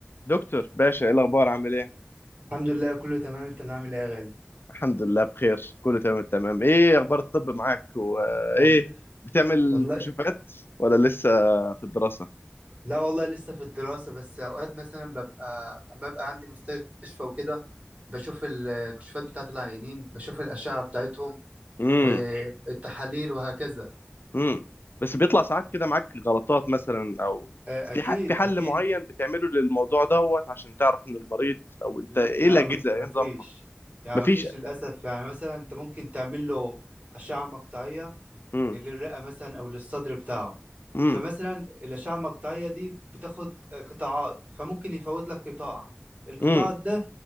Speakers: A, on the left (about 60°); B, on the right (about 35°).
A: دكتور باشا ايه الاخبار عامل ايه
B: الحمد لله كله تمام انت اللي عامل ايه يا غالي
A: الحمد لله بخير كله تمام التمام ايه اخبار الطب معاك وايه
B: وال...
A: بتعمل
B: والله
A: كشوفات ولا لسه في الدراسة
B: لا والله لسه في الدراسة بس اوقات مثلا ببقى لما ببقى عندي مستشفى وكده بشوف الكشوفات بتاعت العيانين بشوف الأشعة بتاعتهم
A: امم
B: والتحاليل وهكذا
A: امم بس بيطلع ساعات كده معاك غلطات مثلا او
B: آه، اكيد
A: في ح- في حل
B: اكيد
A: معين بتعمله للموضوع دوت عشان تعرف ان المريض او انت
B: لا
A: ايه
B: لا
A: الاجهزة
B: مف- مفيش
A: ايه نظامها
B: يعني
A: مفيش
B: مفيش للأسف يعني مثلا انت ممكن تعمل له أشعة مقطعية
A: امم
B: للرئة مثلا أو للصدر بتاعه
A: امم
B: فمثلا الأشعة المقطعية دي بتاخد قطاعات فممكن يفوت لك قطاع القطاع
A: امم
B: ده